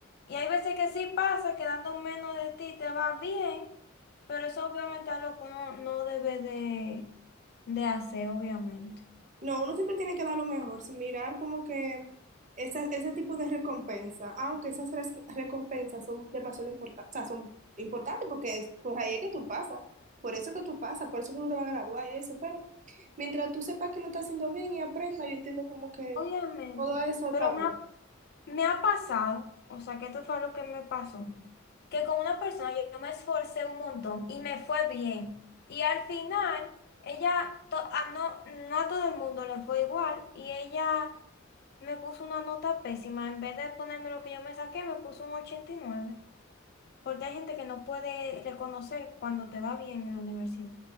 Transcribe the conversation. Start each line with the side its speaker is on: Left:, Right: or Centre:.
Left: Y hay veces que sí pasa que dando menos de ti te va bien, pero eso obviamente es algo que uno no debe de, de hacer, obviamente.
Right: No, uno siempre tiene que dar lo mejor, sin mirar como que esa- ese tipo de recompensa, aunque esas res- recompensas son demasiado importantes, o sea, son importantes porque es por ahí es que tú pasas, por eso que tú pasas, por eso que tú te vas a graduar y eso, pero mientras tú sepas que lo estás haciendo bien y aprendas, yo entiendo como que
Left: Obviamente,
Right: todo eso está
Left: pero
Right: bien.
Left: me ha, me ha pasado, o sea, que esto fue lo que me pasó, que con una persona yo, yo me esforcé un montón y me fue bien. Y al final, ella, to- a no, no a todo el mundo le fue igual y ella me puso una nota pésima. En vez de ponerme lo que yo me saqué, me puso un ochenta y nueve Porque hay gente que no puede reconocer cuando te va bien en la universidad.